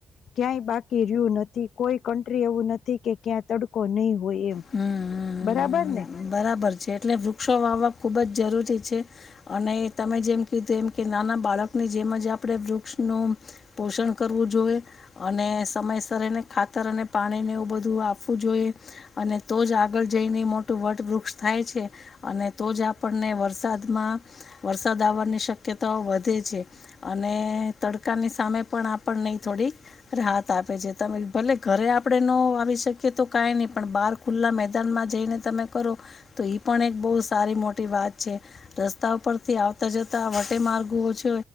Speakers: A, on the left; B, on the left.
A: ક્યાંય બાકી રહ્યું નથી, કોઈ કન્ટ્રી એવું નથી કે ક્યાં તડકો ની હોય એમ.
B: હમ
A: બરાબરને.
B: બરાબર છે. એટલે વૃક્ષો વાવવા ખુબ જ જરૂરી છે, અને તમે જેમ કીધું એમ કે નાના બાળકની જેમ જ આપડે વૃક્ષનું પોષણ કરવું જોએ. અને સમયસર એને ખાતર અને પાણી ને એવુ બધું આપવું જોએ. અને તો જ આગળ જઈને મોટ ટુ વટ વૃક્ષ થાય છે, અને તો જ આપડને વરસાદમાં વરસાદ આવવાની શક કયતાઓ વધે છે. અને તડકાની સામે પણ આપડનેય થોડીક રાહત આપે આપે છે. તા મે ભલે ઘરે આપડે ન વાવી શકીએ તો કઈ ની. પણ બાર ખુલ્લા મેદાનમાં જઈને તમે કરો તો ઈ પણ એક બઉ સારી મોટી વાત છે. રસ્તાઓ પરથી આવતા જતા અટે મારગુઓ છ,